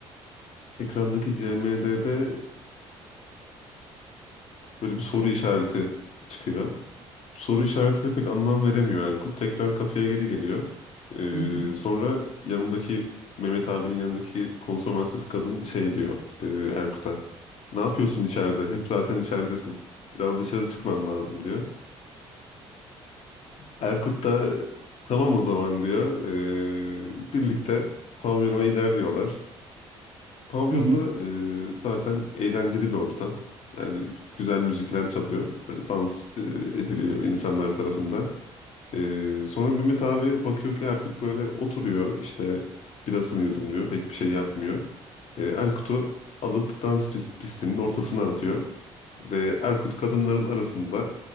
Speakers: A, on the left; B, on the right.
A: Ekrandaki CMD'de e, böyle bir soru işareti çıkıyor. Soru işaretine pek anlam veremiyor Erkut. Tekrar kafeye geri geliyor. E,
B: Hı hı.
A: sonra yanındaki Mehmet abinin yanındaki konsomatris kadın şey diyor e, Erkut'a. Ne yapıyorsun içeride? Hep zaten içeridesin. Biraz dışarı çıkman lazım diyor. Erkut da tamam o zaman diyor. Ee, birlikte pavyona ilerliyorlar. Pavyonda
B: Hı hı.
A: e, zaten eğlenceli bir ortam. Yani güzel müzikler çalıyor. Böyle dans e, ediliyor insanlar tarafından. Ee, sonra Mehmet abi bakıyor ki Erkut böyle oturuyor. işte birasını yudumluyor. Pek bir şey yapmıyor. Ee, Erkut'u alıp dans pis- pistinin ortasına atıyor. Ve Erkut kadınların arasında